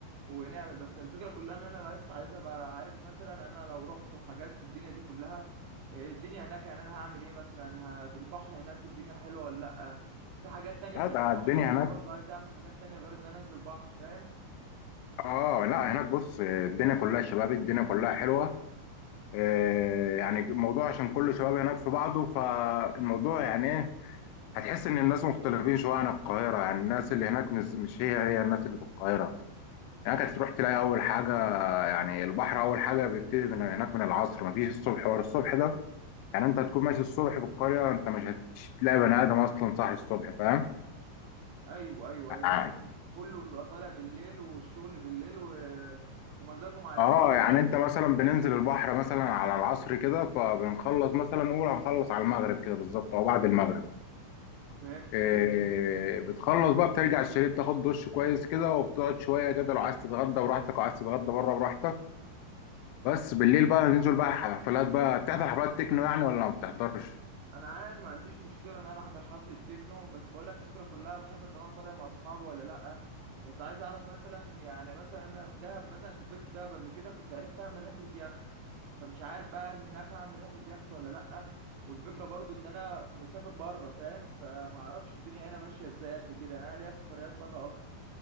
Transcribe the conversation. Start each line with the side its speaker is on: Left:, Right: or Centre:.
Right: ونعمل بس الفكره كلها ان انا بس عايز ابقى عارف مثلا انا لو رحت وحجزت الدنيا دي كلها إيه الدنيا هناك يعني انا هعمل ايه مثلا ه- في البحر هناك الدنيا حلوه ولا لا في حاجات تانية
Left: لا
Right: غير
Left: ده
Right: البحر
Left: الدنيا
Right: وانا
Left: هناك
Right: برضو عايز اعمل حاجات تانية غير ان انا انزل بحر فاهم
Left: اه لا هناك بص الدنيا كلها شباب الدنيا كلها حلوه آه، يعني الموضوع عشان كل شباب هناك في بعضه فالموضوع يعني ايه هتحس ان الناس مختلفين شويه عن القاهره يعني الناس اللي هناك مش مش هي هي الناس اللي في القاهره هناك هتروح تلاقي اول حاجه يعني البحر اول حاجه بيبتدي من هناك من العصر مفيش الصبح ورا الصبح ده يعني انت هتكون ماشي الصبح في القريه انت مش هتلاقي بني ادم اصلا صاحي الصبح فاهم
Right: ايوه ايوه ايوه
Left: يعني-
Right: انا فهمت كله بيبقى طالع بالليل والشغل بالليل و... ومزاجهم على
Left: اه
Right: الليل
Left: يعني
Right: يعني
Left: انت مثلا بننزل البحر مثلا على العصر كده فبنخلص مثلا نقول هنخلص على المغرب كده بالظبط او بعد المغرب
Right: فهمتك
Left: إيه بتخلص بقى بترجع الشاليه بتاخد دش كويس كده وبتقعد شويه كده لو عايز تتغدى براحتك لو عايز تتغدى بره براحتك بس بالليل بقى ننزل بقى الحفلات بقى بتحضر حفلات تكنو يعني ولا ما بتحضرش
Right: انا عادي ما عنديش مشكله ان انا احضر حفله تكنو بس بقول لك الفكره كلها على حسب لو انا طالع مع اصحابي ولا لا بس عايز اعرف مثلا يعني مثلا انا في دهب مثلا سافرت دهب قبل كده كنت عرفت اعمل رحله يخت فمش عارف بقى هل هناك هعمل رحله يخت ولا لا والفكره برضو ان انا مسافر بره فاهم فما اعرفش الدنيا هنا ماشيه ازاي قد كده يعني انا ليا في سفريات بره اكتر